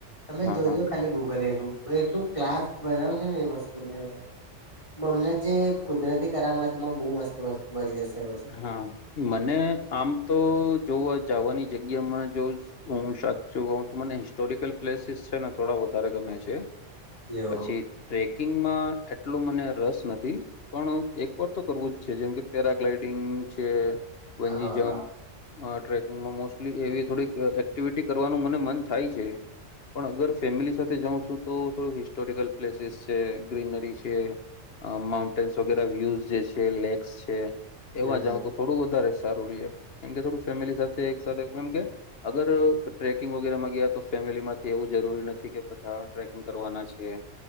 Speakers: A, on the left; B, on the left.
A: તમે
B: હા
A: જોજો
B: હા
A: ખાલી ગૂગલ એનુ એટલું ક્લાસ બનાવે છે ને એ વસ્તુને મતલબ જે કુદરતી કરામતમાં બહુ મસ્ત વસ્તુ <unintelligible> <inaudible>
B: હા મને આમ તો જોવા જાવાની જગ્યામાં જો હું સાચ્ચું કહું તો મને હિસ્ટોરિકલ પ્લેસીસ છે ને થોડા વધારે ગમે છે.
A: એવું
B: પછી ટ્રેકિંગમાં એટલું મને રસ નથી. પણ એક વાર તો કરવું જ છે જેમ કે પેરાગ્લાઈડિંગ છે બંનજી
A: હા
B: જમ્પ અ ટ્રેકિંગમાં મોસ્ટલી એવી થોડીક અહ એક્ટિવિટી કરવાનું મને મન થાય છે. પણ અગર ફેમિલી સાથે જાઉં છું તો થોડું હિસ્ટોરિકલ પ્લેસીસ છે ગ્રીનરી છે. અ માઉન્ટેન્સ વગેરે વ્યુસ જે છે લેક્સ છે
A: હમ
B: એવા જાઉ તો થોડું વધારે સારું ર કેમ કે થોડું ફેમિલી સાથે એક સાથે કેમ કે અગર ટ્રેકિંગ વગેરેમાં ગયા તો ફેમિલીમાંથી એવું જરૂરી નથી કે બધા ટ્રેકિંગ કરવાના છે.